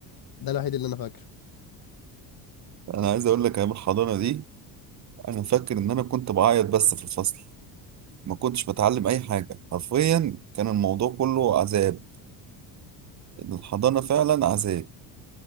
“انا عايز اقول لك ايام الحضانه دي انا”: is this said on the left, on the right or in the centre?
Right